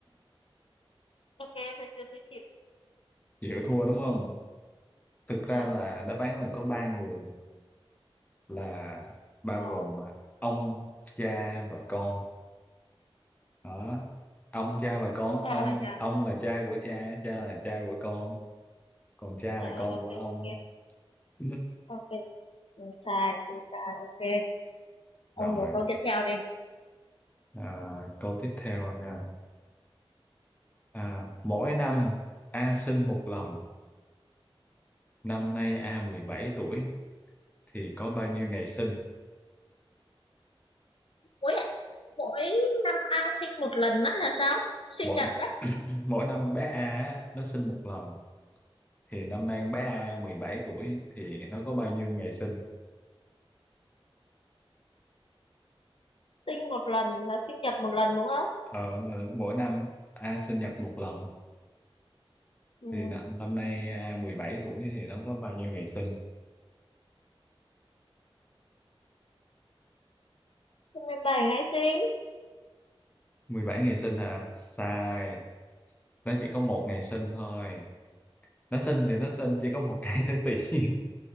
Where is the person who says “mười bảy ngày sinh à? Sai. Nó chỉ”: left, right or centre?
Left